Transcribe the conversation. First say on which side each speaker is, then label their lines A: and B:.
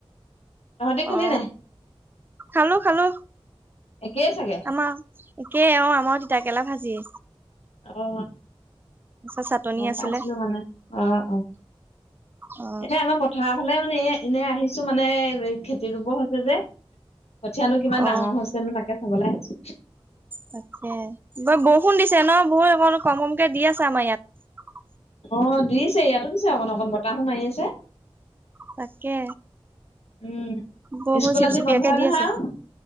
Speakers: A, on the left; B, on the right.
A: তহঁতি খালি
B: অ
A: নাই
B: খালো খালো
A: একেই চাগে
B: আমাৰ একেই অ আমাৰ তিতাকেৰেলা ভাজি।
A: অ
B: তাৰপিছত চাটনি
A: গম
B: আছিলে।
A: পাইছিলো মানে অ অ,
B: অ
A: এ আমাৰ পথাৰৰ ফালে মানে, এ এনে আহি, কি মানে খেতি ৰুব হৈছে, য যে কঠীয়ানো কিমান
B: অ
A: ডাঙৰ হৈছেনো তাকে চাবলৈ আহিচ
B: তাকে ব বৰষুণ দিছে ন? বহুত অকণ কম-কমকে দি আছে আমাৰ ইয়াত।
A: অ দিছে, ইয়াতো দিছে, অকণ-অকণ বতাহো মাৰি আছে।
B: তাকে।
A: উম
B: বৰষুণ
A: স্কুল
B: চিপচিপিয়াকে
A: আজি বন্ধই নহয়
B: দি আছে,
A: আৰু